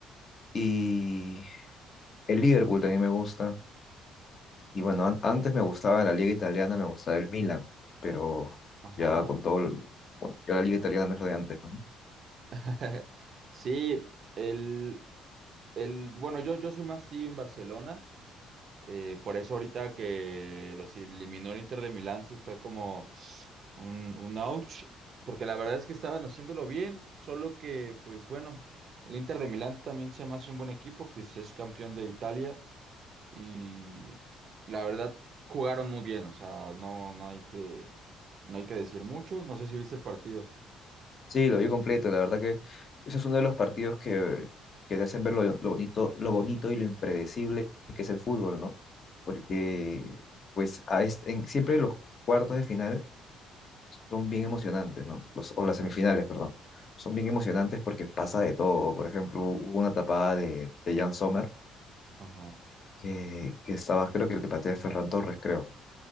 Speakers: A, on the left; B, on the right.
A: Y el Liverpool también me gusta. Y bueno, an- antes me gustaba la liga italiana, me gustaba el Milan. Pero
B: ajá.
A: ya con todo... el- Bueno, ya la liga italiana no es lo de antes, pues, ¿no?
B: <laughs> Sí, el, el, bueno, yo, yo soy más team Barcelona, eh, por eso ahorita que los eliminó el Inter de Milán sí fue como un, un ouch, porque la verdad es que estaban haciéndolo bien, solo que, pues bueno, el Inter de Milán también se me hace un buen equipo, pues es campeón de Italia y la verdad jugaron muy bien, o sea, no, no hay que, no hay que decir mucho, no sé si viste el partido.
A: Sí, lo vi completo. La verdad que ese es uno de los partidos que, que te hacen ver lo, lo bonito, lo bonito y lo impredecible que es el fútbol, ¿no? Porque, pues, a este- en- siempre los cuartos de final son bien emocionantes, ¿no? Los, o las semifinales, perdón. Son bien emocionantes porque pasa de todo. Por ejemplo, hubo una tapada de, de Jan Sommer
B: Ajá,
A: que, que estaba, creo que el que patea es Ferran Torres, creo.